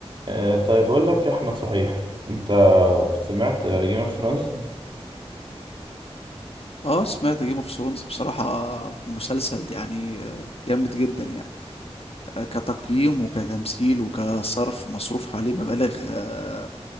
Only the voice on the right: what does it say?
آه، طيب أقول لك يا أحمد صحيح أنت سمعت جيم اوف ثرونز؟